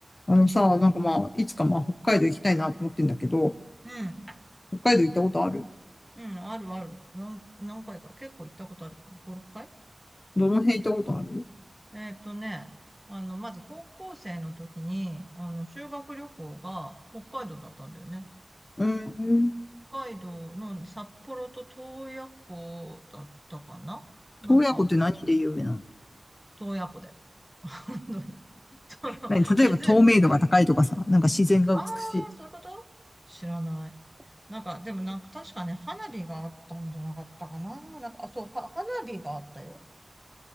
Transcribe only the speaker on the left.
あのさ、なんかまあ、いつかまあ、北海道行きたいなと思ってんだけど、
北海道行ったことある
どの辺行ったことある
うーん。
洞爺湖って何で有名なの
何例えば透明度が高いとかさ、
なんか自然が美しい。